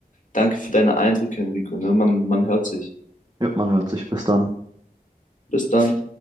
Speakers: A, on the left; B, on the right.
A: danke für deine Eindrücke, Enrico, ne? Man, man hört sich.
B: Ja, man hört sich. Bis dann.
A: Bis dann.